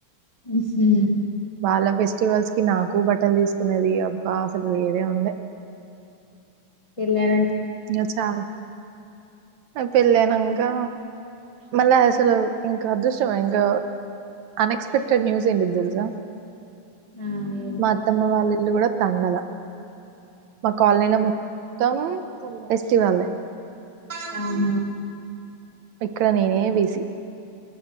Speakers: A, on the left; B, on the right.
A: ఉహు
B: చాలా ఫెస్టివల్స్ కి నాకు బట్టలు తీసుకునేది అబ్బా అసలు వేరే ఉంది
A: ఎళ్ళర
B: ఇంకా చాలు పెళ్ళైనాంకా మళ్ళా అసలు ఇంకా అదృష్టం ఇంకా అన్ఎక్స్పెక్టెడ్ న్యూస్ ఏంటిది తెలుసా
A: ఆ ఏంటి
B: మా అత్తమ్మ వాళ్ళిల్లు కూడా కండల మా కాలనీలో మొ తము ఫెస్టివలే
A: ఆహా
B: ఇక్కడ నేనే బిజీ